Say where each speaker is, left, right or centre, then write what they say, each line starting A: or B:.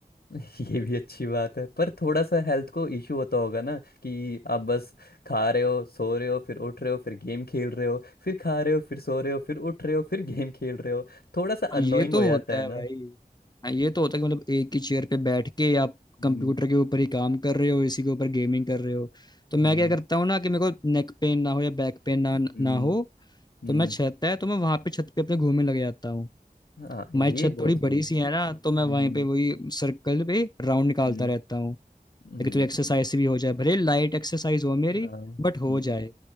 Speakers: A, on the left (about 80°); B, on the left (about 25°).
A: <laughs> ये भी अच्छी बात है पर थोड़ा सा हेल्थ को इश्यू होता होगा ना कि आप बस खा रहे हो सो रहे हो फिर उठ रहे हो फिर गेम खेल रहे हो फिर खा रहे हो फिर सो रहे हो फिर उठ रहे हो फिर गेम खेल रहे हो थोड़ा सा
B: हाँ,
A: अननोइंग
B: ये तो
A: हो जाता
B: होता
A: है
B: है भाई
A: ना
B: हाँ, ये तो होता है कि मतलब एक ही चेयर पे बैठ के आप
A: हम्म
B: कंप्यूटर के ऊपर ही काम कर रहे हो इसी के ऊपर गेमिंग कर रहे हो तो
A: हम्म
B: मैं क्या करता हूँ ना कि मेरे को नेक पेन ना हो या बैक पेन ना
A: हम्म
B: ना हो
A: हम्म
B: तो मैं छत है तो मैं वहां पे छत पे अपने घूमने लग जाता हूँ
A: हाँ ये
B: हमारी छत
A: बहुत
B: थोड़ी
A: सही
B: बड़ी
A: है
B: सी है ना
A: हम्म
B: तो मैं वहीं पे वही सर्कल पे राउंड निकालता
A: हम्म
B: रहता हूँ ताकि
A: हम्म,
B: थोड़ी एक्सरसाइज भी हो जाए भले लाइट एक्सरसाइज हो मेरी
A: हाँ
B: बट हो
A: हम्म
B: जाए